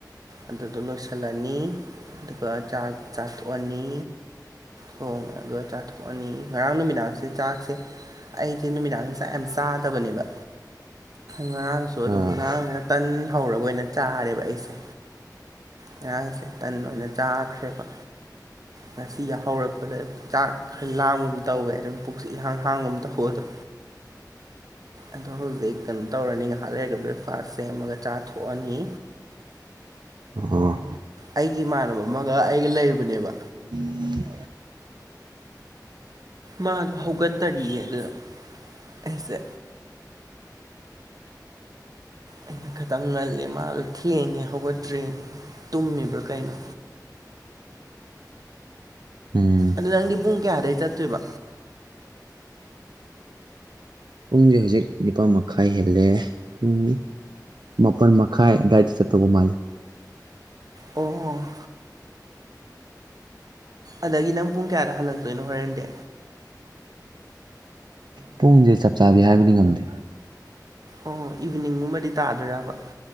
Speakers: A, on the right; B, on the right.
A: ꯑꯗꯨꯗꯣ ꯂꯣꯏꯁꯤꯟ ꯊꯜꯂꯅꯤ ꯑꯗꯨꯒ ꯆꯥꯛ ꯆꯥꯊꯣꯛꯑꯅꯤ꯫ ꯊꯣꯡꯉꯒ ꯆꯥꯊꯣꯛꯑꯅꯤ ꯉꯔꯥꯡ ꯅꯨꯃꯤꯗꯥꯡꯁꯦ ꯆꯥꯛꯁꯦ꯫ ꯑꯩꯁꯦ ꯅꯨꯃꯤꯗꯥꯡ ꯆꯥꯛ ꯌꯥꯝ ꯆꯥꯗꯕꯅꯦꯕ꯫ ꯉꯔꯥꯡꯁꯨ ꯑꯗꯨꯝ
B: ꯑꯥ
A: ꯉꯔꯥꯡꯁꯤꯅ ꯇꯟ ꯍꯧꯔꯒ ꯑꯣꯏꯅ ꯆꯥꯔꯦꯕ ꯑꯩꯁꯦ꯫ ꯉꯔꯥꯡꯁꯦ ꯇꯟ ꯑꯣꯏꯅ ꯆꯥꯈ꯭ꯔꯦꯕ ꯉꯁꯤ ꯌꯥ ꯍꯧꯧꯔꯛꯄꯗ ꯆꯥꯛ ꯈꯔ ꯂꯥꯡꯒꯨꯝ ꯇꯧꯋꯦ ꯑꯗꯨꯝ ꯄꯨꯛꯁ ꯏꯍꯥꯡ ꯍꯥꯡꯒꯨꯝ ꯇꯧꯕꯑꯗꯨꯣ꯫ ꯑꯗꯣ ꯍꯧꯖꯤꯛ ꯀꯩꯅꯣ ꯇꯧꯔꯅꯤ ꯉꯥꯏꯍꯥꯛ ꯂꯩꯔꯒ ꯕ꯭ꯔꯦꯛꯐꯥꯁ ꯁꯦꯝꯃꯒ ꯆꯥꯊꯣꯛꯑꯅꯤ꯫
B: ꯑꯣ ꯑꯥ
A: ꯑꯩꯒꯤ ꯏꯃꯥꯟꯅꯕ ꯑꯃꯒ ꯑꯩꯒ ꯂꯩꯕꯅꯦꯕ
B: ꯎꯝ
A: ꯃꯥꯗꯣ ꯍꯧꯒꯠꯇꯔꯤꯌꯦ ꯑꯗꯨꯅ ꯑꯩꯁꯦ꯫ ꯑꯩꯅ ꯈꯤꯇꯪ ꯉꯜꯂꯦ ꯃꯥꯗꯣ ꯊꯦꯡꯉꯦ ꯍꯧꯒꯠꯇ꯭ꯔꯦ ꯇꯨꯝꯃꯤꯕ꯭ꯔꯥ ꯀꯩꯅꯣ
B: ꯎꯝ
A: ꯑꯗꯨ ꯅꯪꯗꯤ ꯄꯨꯡ ꯀꯌꯥꯗꯩ ꯆꯠꯇꯣꯏꯕ
B: ꯄꯨꯡꯁꯦ ꯍꯧꯖꯤꯛ ꯅꯤꯄꯥꯥꯟ ꯃꯈꯥꯏ ꯍꯦꯜꯂꯦ ꯄꯨꯡ ꯃꯥꯄꯜ ꯃꯈꯥꯏ ꯑꯗꯨꯗꯥꯋꯥꯏꯗ ꯆꯠꯠꯇꯧꯕ ꯃꯥꯜꯂꯤ꯫
A: ꯑꯣ ꯑꯣ ꯑꯗꯒꯤ ꯅꯪ ꯄꯨꯡ ꯀꯌꯥꯗ ꯍꯜꯂꯛꯇꯣꯏꯅꯣ ꯍꯣꯔꯦꯟꯗꯦ꯫
B: ꯄꯨꯡꯁꯦ ꯆꯞ ꯆꯥꯕꯤ ꯍꯥꯏꯕꯗꯤ ꯉꯝꯗꯦ꯫
A: ꯑꯣ ꯏꯚꯤꯅꯤꯡꯒꯨꯝꯕꯗꯤ ꯇꯥꯗꯣꯏꯕ